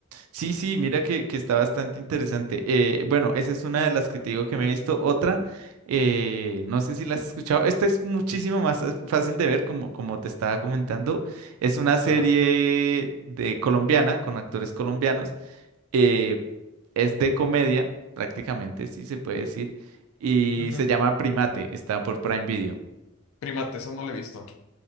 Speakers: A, on the right; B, on the left.
A: Sí, sí, mira que, que está bastante interesante. Eh, bueno, esa es una de las que te digo que me he visto. Otra, eh, no sé si la has escuchado. Esta es muchísimo más eh, fácil de ver, como, como te estaba comentando. Es una serie
B: Ajá.
A: de colombiana, con actores colombianos, Eh, es de comedia, prácticamente, si se puede decir, y
B: Ujú.
A: se llama Primate, está por Prime Video.
B: Primate, eso no lo he visto.